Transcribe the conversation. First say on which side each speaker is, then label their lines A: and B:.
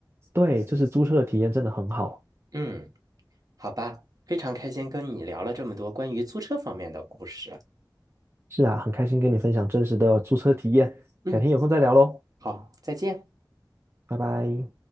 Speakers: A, on the right (about 30°); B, on the right (about 50°).
A: 对，就是租车的体验真的很好。
B: 嗯，好吧，非常开心跟你聊了这么多关于租车方面的故事。
A: 是啊，很开心跟你分享真实的租车体验，
B: 对，嗯，
A: 改天有空再聊喽，
B: 好，再见。
A: 拜拜。